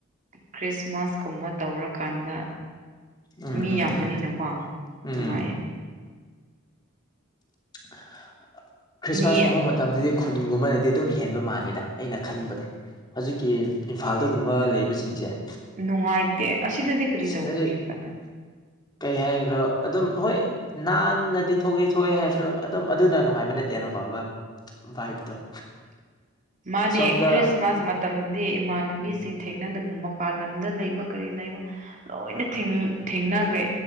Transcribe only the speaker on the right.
ꯈ꯭ꯔꯤꯁꯃꯥꯁ ꯀꯨꯝꯕ ꯇꯧꯔꯀꯥꯟꯗ
ꯃꯤ
ꯌꯥꯝꯕꯅꯤꯅꯀꯣ
ꯅꯨꯡꯉꯥꯏꯌꯦ
ꯃꯤ
ꯅꯨꯡꯉꯥꯏꯇꯦ ꯑꯁꯤꯗꯗꯤ ꯀꯔꯤ
ꯇꯧꯒꯅꯤ ꯀꯅꯥ
ꯃꯥꯅꯦ
ꯈ꯭ꯔꯤꯁꯃꯥꯁ ꯃꯇꯝꯗꯗꯤ ꯏꯃꯥꯟꯅꯕꯤꯁꯤꯡ
ꯊꯦꯡꯅꯗꯕ ꯃꯄꯥꯥꯟ ꯂꯝꯗ ꯂꯩꯕ ꯀꯔꯤ ꯂꯩꯕ ꯂꯣꯏꯅ ꯊꯦꯡꯅꯈ꯭ꯔꯦ